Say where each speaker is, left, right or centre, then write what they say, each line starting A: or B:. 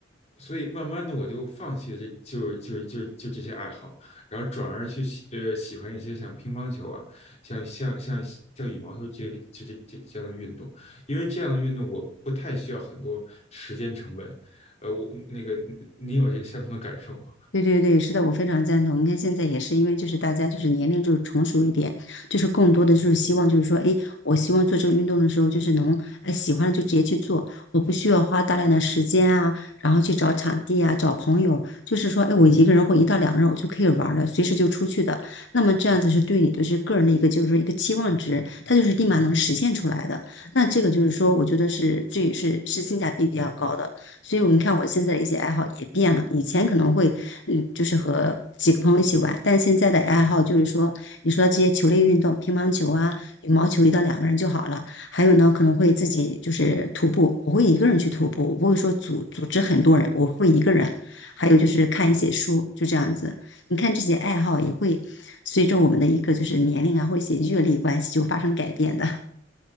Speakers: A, on the left; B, on the left.
A: 所以慢慢的我就放弃了这就是就是就是就这些爱好，然后转而去喜呃喜欢一些像乒乓球啊，像像像像羽毛球这这这这这样的运动，因为这样的运动我不太需要很多时间成本，呃，我那个你有这个相同的感受吗？
B: 对对对，是的，我非常赞同。你看现在也是，因为就是大家就是年龄就是成熟一点，就是更多的就是希望就是说，哎，我希望做这个运动的时候，就是能哎喜欢了就直接去做，我不需要花大量的时间啊，然后去找场地啊，找朋友，就是说，哎，我一个人或一到两个人我就可以玩儿了，随时就出去的。那么这样子是对你的是个人的一个就是说一个期望值，它就是立马能实现出来的。那这个就是说，我觉得是最是是性价比比较高的。所以我们看我现在的一些爱好也变了，以前可能会，嗯，就是和几个朋友一起玩，但现在的爱好就是说，你说这些球类运动，乒乓球啊、羽毛球，一到两个人就好了。还有呢，可能会自己就是徒步，我会一个人去徒步，我不会说组组织很多人，我会一个人。还有就是看一些书，就这样子。你看这些爱好也会随着我们的一个就是年龄啊，或者一些阅历关系就发生改变的。